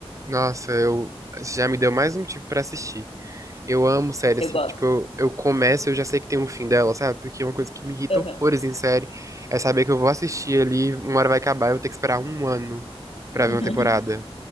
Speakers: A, on the right; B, on the left.
A: nossa, eu... já me deu mais um motivo pra assistir. Eu amo série,
B: Eu
A: assim,
B: gosto.
A: que, tipo, eu, eu começo e eu já sei que tem um fim dela, sabe? Porque é uma coisa que me irrita
B: Aham.
A: horrores em série é saber que eu vou assistir ali, uma hora vai acabar, eu vou ter que esperar um ano
B: <laughs>
A: pra ver uma temporada.